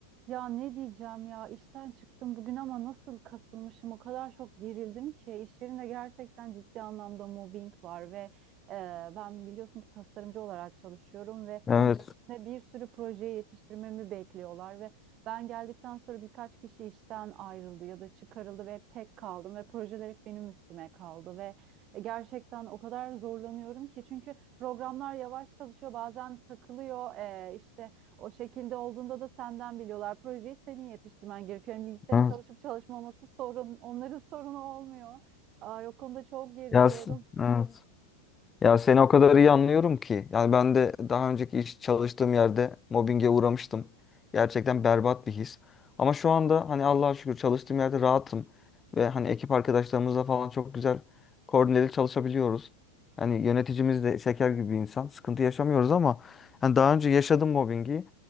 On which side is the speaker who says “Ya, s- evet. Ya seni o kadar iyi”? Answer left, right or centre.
Left